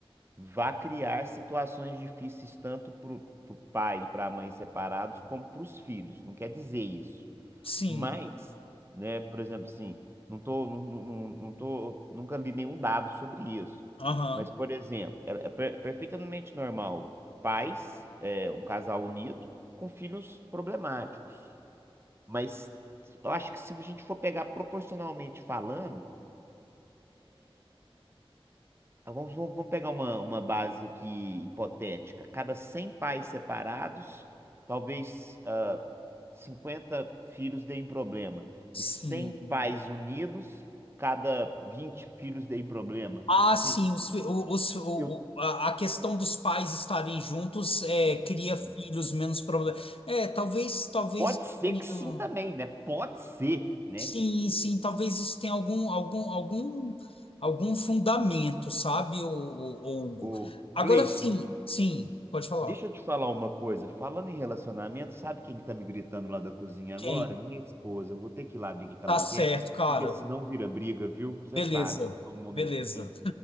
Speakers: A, on the right; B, on the left.
A: vá criar situações difíceis tanto para o pai e para a mãe separados como para os filhos. Não quer dizer isso.
B: Sim.
A: Mas, né, por exemplo, assim, não tô, não, não, não não tô, nunca li nenhum dado sobre isso.
B: Aham.
A: Mas, por exemplo, é, é per- perfeitamente normal pais, é, um casal unido, com filhos problemáticos. Mas eu acho que se a gente for pegar proporcionalmente falando, ah, vamos, vamos vamos pegar uma, uma base aqui hipotética. Cada 100 pais separados, talvez. cinquenta filhos deem problema e
B: Sim.
A: 100 pais unidos, cada 20 filhos deem problema.
B: Ah,
A: Sim,
B: sim, os, fi- o- os- o- o-
A: eu
B: a a questão dos pais estarem juntos é, cria
A: Hum.
B: filhos menos problemas. É, talvez, talvez
A: pode
B: isso
A: ser
B: tenha-
A: que sim também, né? Pode ser, né?
B: Sim, sim, talvez isso tenha algum, algum, algum, algum fundamento, sabe, o, o, Hugo?
A: Ô, Gleison,
B: Agora sim, sim, pode falar.
A: deixa eu te falar uma coisa. Falando em relacionamento, sabe quem que tá me gritando lá da cozinha agora?
B: Quem?
A: Minha esposa. Eu Vou ter que ir lá ver o que que
B: Tá
A: ela
B: certo,
A: quer,
B: cara.
A: porque senão vira briga, viu? Você
B: Beleza,
A: sabe que eu tô num momento
B: beleza.
A: difícil,